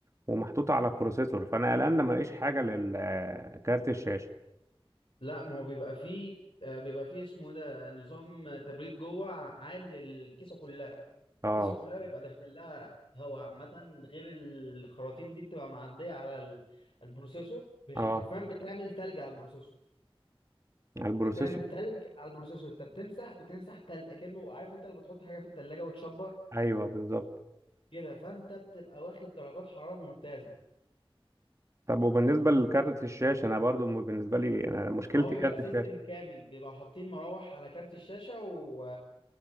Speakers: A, on the right; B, on the left.
A: ومحطوطة على البروسيسور فأنا قلقان لما ألاقيش حاجة للكارت الشاشة
B: لا ما هو بيبقى فيه آه، بيبقى فيه اسمه إيه ده نظام آه، تبريد جوه عام للكيسه كلها
A: اه
B: الكيسه كلها بيبقى داخل لها هواء عامه غير الخراطيم دي بتبقى معديه على ال- البروسيسور بي- حرفيا
A: اه
B: بتعمل تلج على البروسيسور
A: على البروسيسور
B: بتعمل تلج على البروسيسور انت بتمسح بتمسح تلج اكنه عارف انت لما تحط حاجه في التلاجة وتشبر
A: أيوه بالظبط
B: كده فانت بتبقى واخد درجات حراره ممتازه
A: طب وبالنسبة لكارت الشاشة أنا برضو بالنسبة لي أنا مشكلتي
B: هو بيبقى
A: كارت
B: سيستم
A: الشاشة
B: كامل بيبقى حاطين مراوح على كارت الشاشة و...